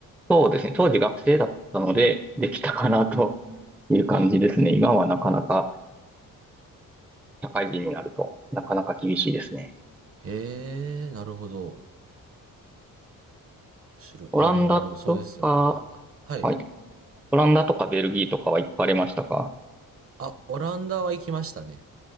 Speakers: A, in the centre; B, on the right.
A: そうですね。当時学生だったので、できたかなという感じですね。今はなかなか、社会人になると、なかなか厳しいですね。
B: へえ、なるほど。面白い。
A: オランダとか、
B: いやあのー、そうですよね。あ、はい。
A: はい。オランダとかベルギーとかは行かれましたか
B: あ、オランダは行きましたね。